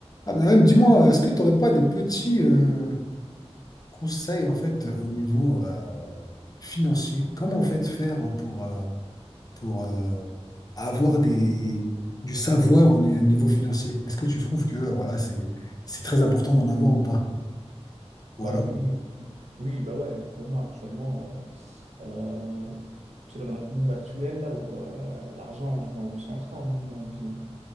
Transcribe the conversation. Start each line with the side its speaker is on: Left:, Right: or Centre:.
Left: Ah, ben même, dis-moi, est-ce que tu n'aurais pas des petits euh, conseils en fait euh, au niveau euh, financier? Comment en fait faire pour, euh, pour euh, avoir des, du savoir au niveau financier? Est-ce que tu trouves que euh, voilà, c'est, c'est très important d'en avoir ou pas? Ou
Right: Bah
Left: alors,
Right: oui, oui, bah ouais, pour moi actuellement, euh, euh, c'est dans notre monde actuel là où euh, l'argent joue un rôle central hein, dans notre vie. hein.